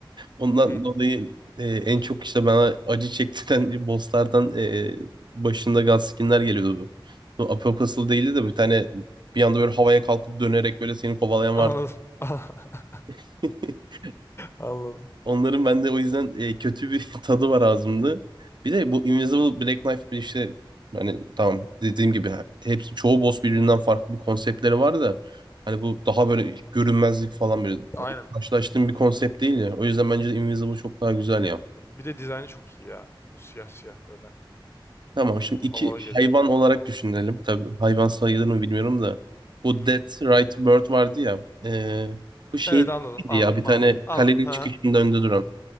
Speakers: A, on the right; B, on the left.
A: Ondan
B: Hı hı.
A: dolayı e, en çok işte bana acı çektiren <laughs> bosslardan e, başında Gaskinler geliyordu. Bu Apostle değildi de bir tane bir anda böyle havaya kalkıp dönerek böyle seni kovalayan
B: Anladım.
A: vardı.
B: <laughs>
A: <laughs>
B: Anladım.
A: Onların bende o yüzden e, kötü bir <laughs> tadı var ağzımda. Bir de bu Invisible Black Knife bir işte hani tamam dediğim gibi hepsi çoğu boss birbirinden farklı bir konseptleri var da hani bu daha böyle görünmezlik falan böyle
B: Aynen
A: karşılaştığım bir konsept değil ya. O yüzden bence de Invisible çok daha güzel ya.
B: Bir de dizaynı çok iyi ya. O siyah siyah böyle.
A: Tamam şimdi
B: Havalı
A: iki
B: geliyor.
A: hayvan olarak düşünelim. Tabii hayvan sayılır mı bilmiyorum da. Bu
B: Hı-hı.
A: Dead Right Bird vardı ya. E, bu şey
B: Evet anladım
A: ya
B: anladım
A: bir tane
B: anladım anladım.
A: kalenin
B: Ha.
A: çıkışının önünde duran.